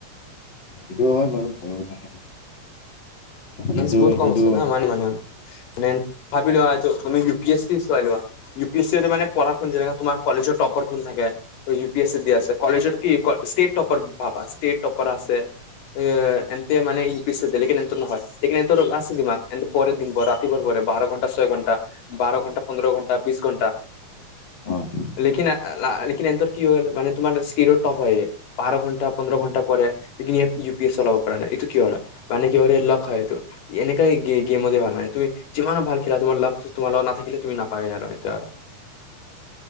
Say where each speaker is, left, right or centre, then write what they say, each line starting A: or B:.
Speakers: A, on the left; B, on the left.
A: সেইটো হয় বাৰু ভালৰ কাৰণে হয়। কিন্তু
B: চান্স বহুত কম
A: এইটো
B: আছে ন মান মানে উম, মানে ভাবি লোৱা তু তুমি ইউ পি এছ চি চাই লোৱা ইউ পি এছ চি হ'লে মানে পঢ়াখন যেনেকে তোমাৰ কলেজৰ টপাৰ খন থাকে। ত' ইউ পি এছ চি দিয়া আছে কলেজত কি ক ষ্টেট টপাৰ ভাবা ষ্টেট টপাৰ আছে। এ, এন্তে মানে ইউ পিছে দেলে লেকেন এন্তটো নহয়। এইখনে তোৰ আছে দিমা এণ্ড পৰ <unintelligible> বাৰ ঘণ্টা ছয় ঘণ্টা বাৰ ঘণ পন্ধৰ ঘণ্টা বিছ ঘণ্টা
A: হয়।
B: লেকিন <unintelligible> লেকিন এনন্তৰ কি হৈল মানে তোমাৰ ষ্টিৰৰ টপ হয়ে বাৰ ঘণ্টা, পন্ধৰ ঘণ্টা পঢ়ে লেকিন ইয়ে ইউ পি এছ চলাব পৰা নাই এইটো কিহৰ হয় মানে কি <unintelligible> লগ হয়টো এনেকাই গে-গেমতে হোৱা নাই তুই যিমানে ভাল খেলা তোমাৰ লখ তোমাৰ লগত নাথাকিলে তুমি নাপায় আৰু সেটো আৰু